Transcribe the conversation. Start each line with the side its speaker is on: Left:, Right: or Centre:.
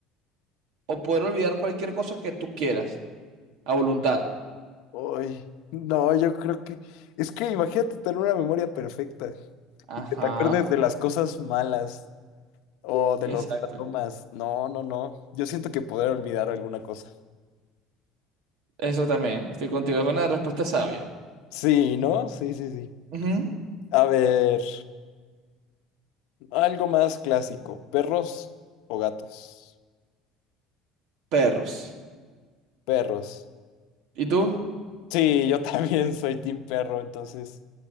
Right: o poder olvidar cualquier cosa que tú quieras a voluntad?
Left: Uy, no, yo creo que... Es que imagínate tener una memoria perfecta
Right: Ajá,
Left: y que te acuerdes de las cosas malas o de
Right: exacto.
Left: los traumas. No, no, no. Yo siento que poder olvidar alguna cosa.
Right: Eso también, estoy contigo, es una respuesta sabia.
Left: Sí, ¿no? Sí, sí, sí.
Right: Ujú,
Left: A ver, algo más clásico, ¿perros o gatos?
Right: Perros.
Left: Perros.
Right: ¿Y tú?
Left: Sí, yo <laughs> también soy team perro, entonces